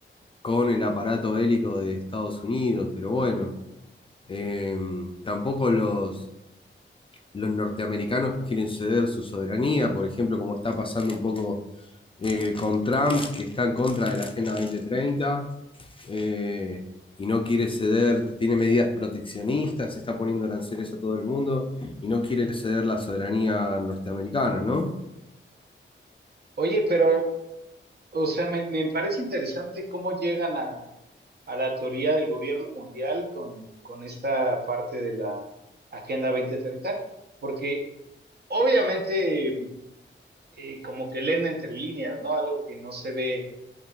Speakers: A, on the left; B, on the right.
A: con el aparato bélico de Estados Unidos, pero bueno, eh, tampoco los los norteamericanos quieren ceder su soberanía, por ejemplo, como está pasando un poco eh, con Trump, que está en contra de la Agenda 2030 eh, y no quiere ceder, tiene medidas proteccionistas, está poniendo aranceles a todo el mundo y no quiere ceder la soberanía norteamericana, ¿no?
B: Oye, pero, o sea, me, me parece interesante cómo llegan a, a la teoría del gobierno mundial con, con esta parte de la Agenda 2030, porque obviamente eh, como que leen entre líneas, ¿no? Algo que no se ve